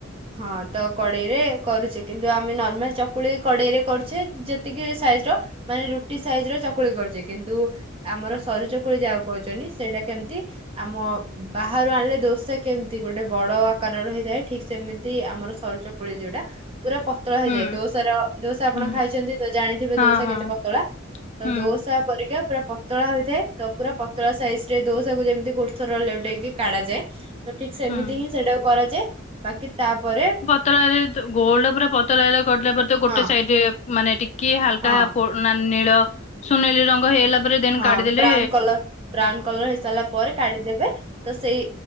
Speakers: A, on the right; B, on the left.
A: ହଁ। ତ କଡ଼େଇରେ କରୁଛେ କିନ୍ତୁ ଆମେ ନର୍ମାଲ ଚକୁଳି କଡ଼େଇରେ କରୁଛେ ଯେତିକି ସାଇଜ୍ର ମାନେ ରୁଟି ସାଇଜ ର ଚକୁଳି କରିଛେ କିନ୍ତୁ ଆମର ସରୁଚକୁଳି ଯାହା କହୁଛନ୍ତି ସେଇଟା କେମିତି ଆମ ବାହାରୁ ଆଣିଲେ ଦୋସା କେମିତି ଗୋଟେ ବଡ ଆକାର ର ହେଇଥାଏ ଠିକ ସେମିତି ଆମର ସରୁ ଚକୁଳି ଯୋଉଟା, ପୁରା ପତଳା ହେଇଥାଏ
B: ହୁଁ
A: ଦୋସାର ଦୋସା ଆପଣ
B: ହୁଁ
A: ଖାଇଛନ୍ତି ଜାଣିଥିବେ
B: ହଁ
A: ଦୋସା
B: ହଁ
A: କେତେ ପତଳା। ତ
B: ହୁଁ
A: ଦୋସା <inaudible> ପରିକା ପୁରା ପତଳା ହୋଇଥାଏ ତ ପୁରା ପତଳା ସାଇଜ ରେ ଦୋସୁ ଯେମିତି ଗୋଡ ଥରହ ଉଟେଇକି କାଢାଯାଏ। ତ ଠିକ ସେମିତି
B: ହୁଁ।
A: ହିଁ ସେଇଟାକୁ କରାଯାଏ। ବାକି ତାପରେ
B: ପତରେ ଗୋଲଡ ପୁରା ପତଳାିଲା ପରେ ତ ଗୋଟେ
A: ହଁ
B: ସାଇଡ ମାନେ ଟିକେ ହାଲକା
A: ହଁ
B: ନା ନୀଳ ସୁନୀଲି ରଙ୍ଗ ହେଇଗଲା ପରେ ଦେନ୍
A: ହଁ
B: କାଢିଦେଲେ
A: ବ୍ରାଉନ କଲର ବ୍ରାଉନ କଲର ହେଇସାରିଲା ପରେ କାଢିଦେବେ। ତ ସେଇ